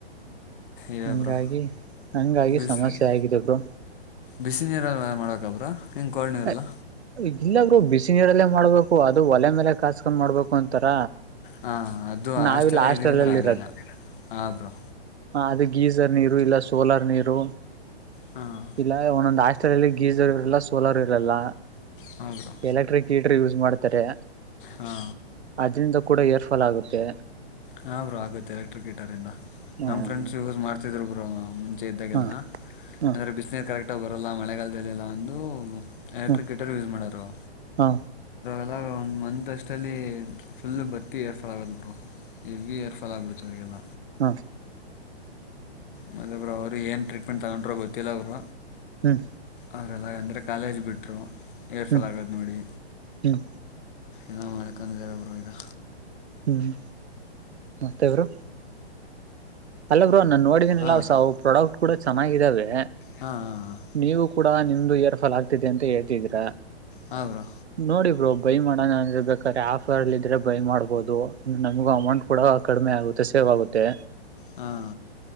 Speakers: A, on the left (about 50°); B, on the right (about 75°).
A: ಇವೇ
B: ಹಂಗಾಗಿ
A: ಬ್ರೋ
B: ಹಂಗಾಗಿ
A: ಬಿಸಿ
B: ಸಮಸ್ಯೆ ಆಗಿದೆ ಬ್ರೋ
A: ಬಿಸಿ ನೀರ ಮಾಡ್ಬೇಕ ಬ್ರೋ ಹಿಂಗೆ ಕೋಲ್ಡ್ ನೀರಲ್ಲ
B: ಹ ಈ ಗಿಲ್ಲಾಗ್ರ ಬಿಸಿ ನೀರಲ್ಲೇ ಮಾಡ್ಬೇಕು ಅದು ಒಲೆ ಮೇಲೆ ಕಾಸ್ಕೊಂಡ ಮಾಡ್ಬೇಕು ಅಂತಾರ
A: ಹಾ ಅದು ಆಷ್ಟದಾಗ
B: ನಾವಿಲ್ಲಿ ಹಾಸ್ಟೆಲ್
A: ಇದಿದ್ದೀವಿ ಅಂದ್ರೆ
B: ಅಲ್ಲಿ
A: ಆಗಲ್ಲ ಹಬ್ರು
B: ಹ ಅದು ಗೀಸರ್ ನೀರು ಇಲ್ಲ ಸೋಲಾರ್ ನೀರು
A: ಹಾಂ
B: ಇಲ್ಲ ಒಂದೊಂದ ಆಸ್ ರಲ್ಲಿ ಗೀಸರ್ ಇರಲ್ಲ ಸೋಲಾರ್ ಇರಲ್ಲ
A: ಹಾ ಬ್ರೋ
B: ಎಲೆಕ್ಟ್ರಿಕ್ ಹೀಟರ್ ಯೂಸ್ ಮಾಡ್ತಾರೆ
A: ಹಾ
B: ಅದರಿಂದ ಕೂಡ ಏರ್ ಫಾಲ್ ಆಗುತ್ತೆ
A: ಹಾ ಬ್ರರು ಆಗುತ್ತೆ ಎಲೆಕ್ಟ್ರಿಕ್ ಹೀಟರ್ ಇಂದ
B: ಹ್ಮ್
A: ನಮ್ಮ ಫ್ರೆಂಡ್ಸ್ ಯೂಸ್ ಮಾಡ್ತಿದ್ರು ಬ್ರರು ಚೇ ಇದ್ದಾಗೆಲ್ಲ
B: ಹ್ಮ ಹ್ಮ
A: ಅಂದರೆ ಬಿಸ್ನೆನೀರು ಕರೆಕ್ಟಾಗಿ ಬರೋಲ್ಲ ಮಳೆಗಾಲದದಲ್ಲಿಲ್ಲ ಒಂದು ಎಲೆಕ್ಟ್ರಿಕೇಟರ್
B: ಹ್ಮ
A: ಯೂಸ್ ಮಾಡರು
B: ಹಾ
A: ಲ್ಲ ಒಂದು ಮಂತ್ ಅಷ್ಟಲ್ಲಿ ಫುಲ್ ಬರ್ತಿ ಇಏರ್ ಫಾಲ್ ಆಗೋದು ಬರು ಇ ಭ ಏರ್ಫಾಲ್ ಆಗ್ಬಿಡ್ತ ಅವರಿಗೆಲ್ಲ
B: ಹಾ
A: ಮತ್ತಬ್ರು ಅವ್ರು ಏನು ಟ್ರೀಟ್ಮೆಂಟ್ ತಗೊಂಡ್ರೋ ಗೊತ್ತಿಲ್ಲ ಅವರು
B: ಹ್ಮ್
A: ಅವರೆಲ್ಲ ಅಂದರೆ ಕಾಲೇಜ್ ಬಿಟ್ಟರು ಏರ್ಫಾಲ್
B: ಹ್ಮ್
A: ಆಗೋದು ನೋಡಿ
B: ಹ್ಮ್
A: ಎಲ್ಲ ಅಕ್ಕಾ ಜೇರ ಬುರ ಇದಾ
B: ಹ್ಮ್ ಮತ್ತೆ ಬ್ರೋ ಅಲ್ಲ ಬ್ರೋ ನಾನ ನೋಡಿದೀನಲ್ಲ
A: ಹಾಂ
B: ಪ್ರಾಡಕ್ಟ್ ಕೂಡ ಚೆನ್ನಾಗಿದಾವೆ
A: ಹಾಂ ಹಾಂ
B: ನೀವು ಕೂಡ ನಿಮ್ದು ಹೆರ್ ಫಾಲ್ ಆಗ್ತಿದೆ ಅಂತ ಹೇಳ್ತಿದ್ರ
A: ಹಾಂ ಬ್ರೋ
B: ನೋಡಿ ಬ್ರೋ ಬೈ ಮಾಡೋಣ ಬೇಕಾದ್ರೆ ಆಫರ್ ಅಲ್ಲಿ ಇದ್ರೆ ಬೈ ಮಾಡ್ಬಹುದು ನಮಗೂ ಅಮೌಂಟ್ ಕೂಡ ಕಡಿಮೆ ಆಗುತ್ತೆ ಸೇ ಆಗುತ್ತೆ
A: ಹಾಂ